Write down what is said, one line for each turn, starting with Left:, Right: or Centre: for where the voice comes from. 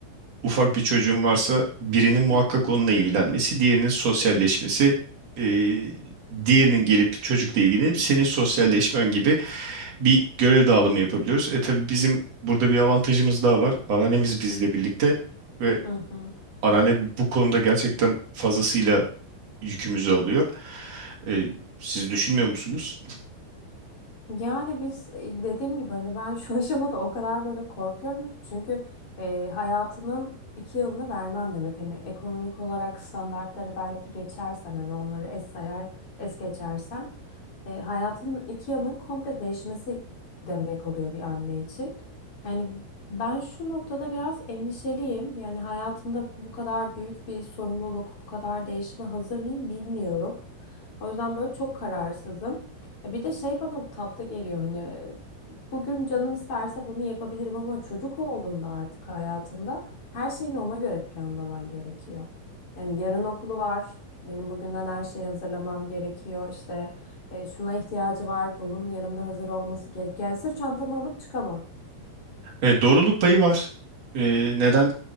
Right: ufak bir çocuğun varsa birinin muhakkak onunla ilgilenmesi, diğerinin sosyalleşmesi, eee, diğerinin gelip çocukla ilgilenip senin sosyalleşmen gibi bir görev dağılımı yapabiliyoruz. E tabii bizim burada bir avantajımız daha var. Anneannemiz bizle birlikte ve
Left: Hı hı.
Right: anneanne bu konuda gerçekten fazlasıyla yükümüzü alıyor. E, siz düşünmüyor musunuz?
Left: Yani biz e, dediğim gibi hani ben şu aşamada o kadar böyle korkuyorum ki çünkü e, hayatının iki yılını vermen demek hani ekonomik olarak standartları belki geçersen hani onları es sayar es geçersen e, hayatının iki yılının komple değişmesi demek oluyor bir anne için. Yani ben şu noktada biraz endişeliyim yani hayatımda bu kadar büyük bir sorumluluk bu kadar değişime hazır mıyım bilmiyorum. O yüzden böyle çok kararsızım. E, Bir de şey bana tatlı geliyor hani bugün canım isterse bunu yapabilirim ama çocuk olduğunda artık hayatında her şeyini ona göre planlaman gerekiyor. Yani yarın okulu var. Benim bugünden her şeyi hazırlamam gerekiyor. İşte e, şuna ihtiyacı var. Bunun yanımda hazır olması gerekiyor. Yani sırf çantamı alıp çıkamam.
Right: E, doğruluk payı var. E, neden?